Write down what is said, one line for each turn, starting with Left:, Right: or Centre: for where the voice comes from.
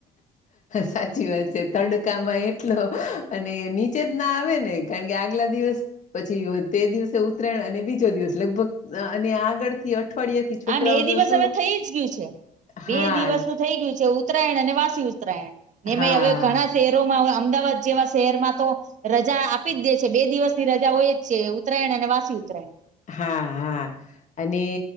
Left: સાચી વાત છે તડકામાં એટલો અને ની ચે ના આવે ને કારણ કે આગલા દિવસ પછી તે દિવસે ઉત્તરાયણ અને બીજો દિવસ લગભગ અને આગળ થી અ ફળ છોકરાઓ
Right: આ બે દિવસ
Left: તો શું
Right: હવે થઈ જ ગયું છે
Left: હા
Right: બે દિવસનું થઈ ગયું છે ઉત્તરાયણ અને વાસી ઉત્તરાયણ
Left: હા
Right: હવે ઘણા શહેરોમાં અમદાવાદ જેવા શહેરમાં તો રજા આપી જ દે છે બે દિવસ ની રજા હોય જ છે ઉત્તરાયણ અને વાસી ઉત્તરાયણ
Left: હા હા અને